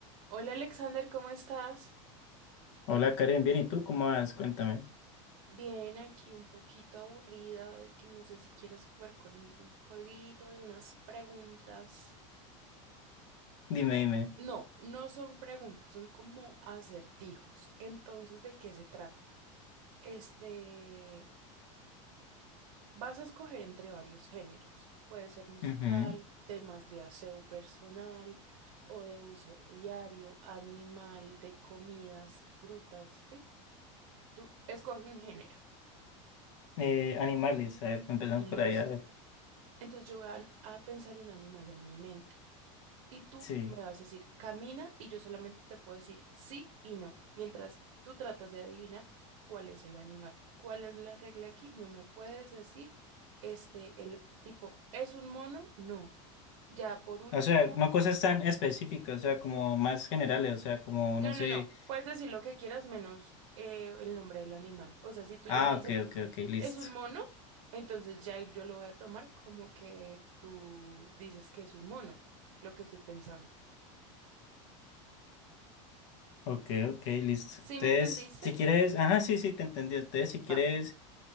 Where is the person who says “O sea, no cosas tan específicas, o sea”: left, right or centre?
Left